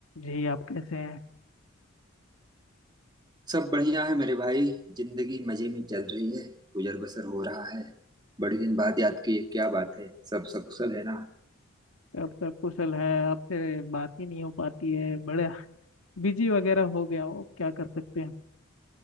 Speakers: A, on the left; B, on the right.
A: जी आप कैसे हैं
B: सब बढ़िया है मेरे भाई जिंदगी मजे में चल रही है गुजर बसर हो रहा है बड़े दिन बाद याद की ये क्या बात है सब सकुशल है ना
A: आप सब कुशल है आपसे बात ही नहीं हो पाती है बड़े बिजी वगैरह हो गया हो क्या कर सकते हैं